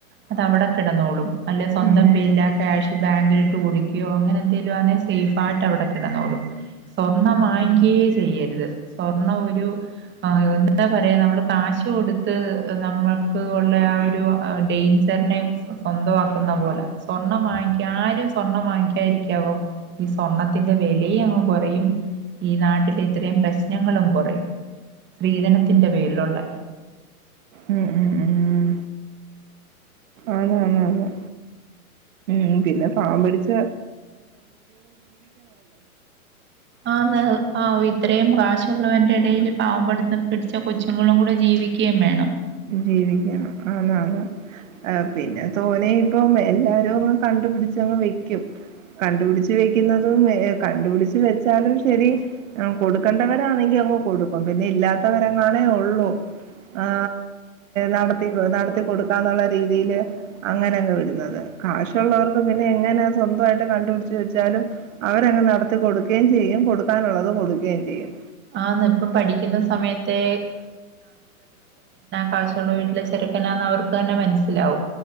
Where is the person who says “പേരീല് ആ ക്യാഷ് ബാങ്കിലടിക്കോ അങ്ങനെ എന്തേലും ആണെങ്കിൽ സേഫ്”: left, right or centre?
Right